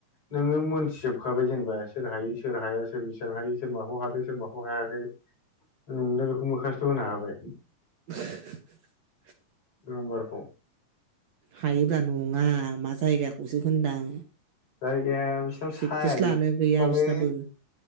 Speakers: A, on the left; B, on the right.
A: नोङो मोनथिजोबखाबाय जेनेबा। सोर हायो सोर हाया सोर बेसेबां हायो सोर माखौ हादों सोर माखौ हायाखै नोंलाय बेखौ मोखासथ होनो हाबाय।
B: <unintelligible>
A: नाम्बारखौ
B: हायोब्रा नङा मा जायगाखौसो होनदां।
A: जायगाया बिसिनाव साया
B: प्रेक्टिस
A: गैथारालै।
B: लानो गैया बिसोरनाबो